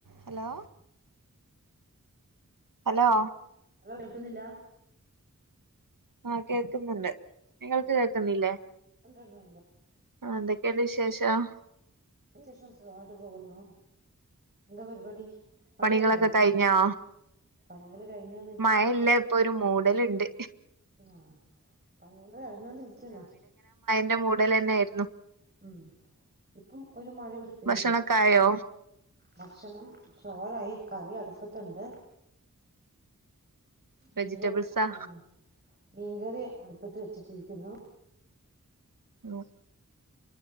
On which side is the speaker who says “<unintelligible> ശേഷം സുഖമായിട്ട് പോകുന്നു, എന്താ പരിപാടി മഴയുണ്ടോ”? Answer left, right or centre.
Right